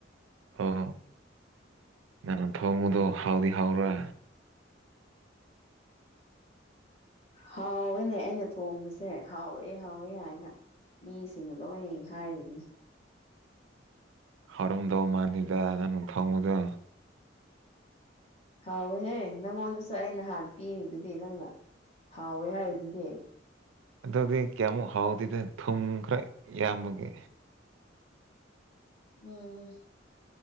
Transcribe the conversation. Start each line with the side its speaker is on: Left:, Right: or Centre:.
Right: ꯑꯣ ꯅꯪ ꯊꯣꯡꯉꯨꯗꯣ ꯍꯥꯎꯗꯤ ꯍꯥꯎ꯭ꯔꯥ
Left: ꯍꯥꯎꯋꯦꯅꯦ ꯑꯩꯅ ꯊꯣꯡꯕꯁꯦ ꯍꯥꯎꯋꯦ ꯍꯥꯎꯋꯦ ꯍꯥꯏꯅ ꯃꯤꯁꯤꯡꯅ ꯂꯣꯏꯅ ꯍꯥꯏꯔꯤꯅꯤ
Right: ꯍꯧꯔꯝꯗꯧ ꯃꯥꯜꯂꯤꯗ ꯅꯪ ꯊꯣꯡꯕꯗꯣ
Left: ꯍꯥꯎꯋꯦꯍꯦ ꯅꯪꯉꯣꯟꯗꯁꯨ ꯑꯩ ꯅꯍꯥꯟ ꯄꯤꯔꯤꯗꯨꯗꯤ ꯅꯪꯅ ꯍꯥꯎꯋꯦ ꯍꯥꯏꯔꯤꯗꯨꯗꯤ
Right: ꯑꯗꯨꯗꯤ ꯀꯌꯥꯃꯨꯛ ꯍꯥꯎꯗꯦꯗ ꯊꯨꯝ ꯈꯔ ꯌꯥꯝꯕꯒꯦ
Left: ꯎꯝ